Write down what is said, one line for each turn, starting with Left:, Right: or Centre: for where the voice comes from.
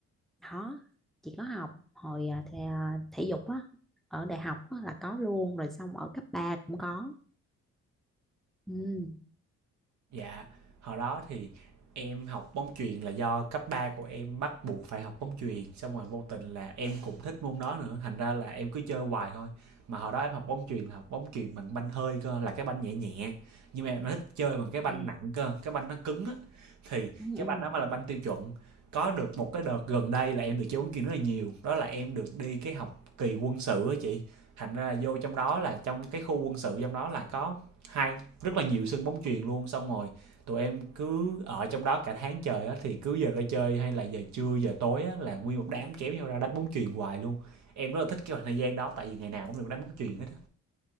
Centre: đó chị có học hồi ờ, thể, thể dục á ở đại học á, là có luôn rồi xong ở cấp ba cũng có ừ,
Right: Dạ, hồi đó thì em học bóng chuyền là do cấp 3 của em bắt buộc phải học bóng chuyền, xong rồi vô tình là em cũng thích môn đó nữa, thành ra là em cứ chơi hoài thôi. Mà hồi đó em học bóng chuyền là học bóng chuyền bằng banh hơi cơ, là cái banh nhẹ nhẹ. Nhưng mà em lại thích chơi bằng cái banh
Centre: à,
Right: nặng cơ, cái banh nó cứng á. Thì
Centre: ừ,
Right: cái
Centre: ừ.
Right: banh đó mới là banh tiêu chuẩn. Có được một cái đợt gần đây là em được chơi bóng chuyền rất là nhiều, đó là em được đi cái học kỳ quân sự á chị. Thành ra là vô trong đó là trong cái khu quân sự trong đó là có hai rất là nhiều sân bóng chuyền luôn xong rồi tụi em cứ ở trong đó cả tháng trời á thì cứ giờ ra chơi hay là giờ trưa giờ tối á là nguyên một đám kéo nhau ra đánh bóng chuyền hoài luôn em rất là thích cái khoảng thời gian đó tại vì ngày nào cũng được đánh bóng chuyền hết á